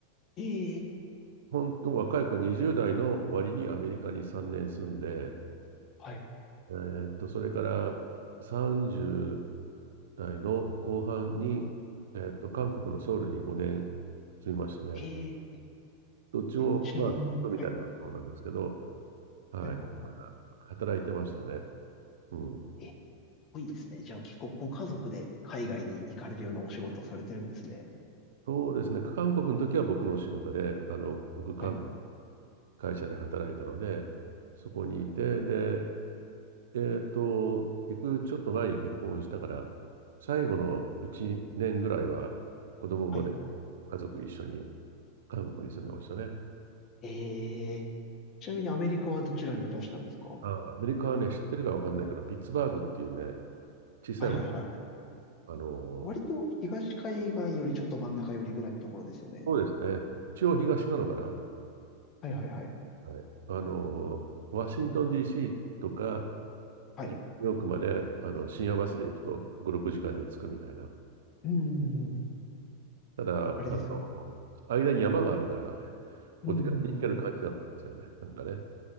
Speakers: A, on the left; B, on the right.
A: ええ
B: 本当若い子20代の終わりにアメリカに3年住んで、
A: はい。
B: えーっと、それから30代の後半に、えーっと、韓国のソウルに5年住みましたね。
A: ええ
B: どっちも、
A: えちなみに、
B: まあ、みたいなものなんですけど、
A: はい、
B: はい。
A: はい、はい、
B: だから働いてましたね。
A: は
B: うん。
A: い。えー、いいですね。じゃあ、結構ご家族で海外に行かれるようなお仕事をされてるんですね。
B: そうですね。韓国の時は僕のお仕事で、あの、僕、韓国
A: はい、
B: 会社で働いたので、そこにいて、で、えーと、行くちょっと前に結婚したから、最後の1年ぐらいは子供まで家族一緒に
A: はい。
B: 韓国に住んでましたね。
A: ええちなみにアメリカはどちらにいらしたんですかは
B: ああアメリカはね、知ってるかわかんないけど、ピッツバーグっていうね、小さい町、
A: い、はい、はい、はい。
B: あの、
A: 割と東海岸よりちょっと真ん中よりぐらいのところですよね。
B: そうですね、一応東なのかな。
A: はい、はい、はい。
B: はい、あの、ワシントン DC とか、
A: はい。
B: えニューヨークまであの深夜バスで行くと5、6時間で着くみたいな。
A: うん、うんうん、
B: ただ、
A: あれですよね。
B: あの、間に山があるから、
A: うんうんうん
B: お手軽に行ける感じじゃないんですよね。なんかね。